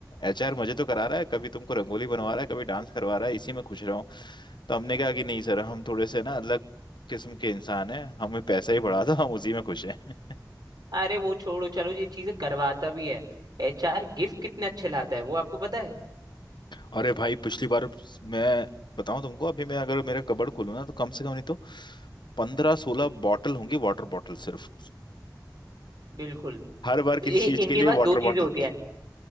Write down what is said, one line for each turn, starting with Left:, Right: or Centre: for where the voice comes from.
Left: एचआर मजे तो करा रहा है कभी तुमको रंगोली बनवा रहा है कभी डांस करवा रहा है इसी में खुश रहो तो हमने कहा कि नहीं सर हम थोड़े से ना अलग किस्म के इंसान हैं हमें पैसा ही बढ़ा था हम उसी में खुश हैं
Right: <laughs> अरे वो छोड़ो चलो ये चीजें करवाता भी है एचआर गिफ्ट कितने अच्छे लाता है वो आपको पता है
Left: <laughs> अरे भाई पिछली बार मैं बताऊं तुमको अभी मैं अगर मेरा कबर्ड खोलूँ ना तो कम से कम नहीं तो पंद्रह सोलह बॉटल होंगी वाटर बॉटल सिर्फ
Right: बिल्कुल
Left: हर बार किसी
Right: ये
Left: चीज
Right: इनके
Left: के लिए
Right: पास
Left: वाटर
Right: दो चीजें
Left: बॉटल
Right: होती है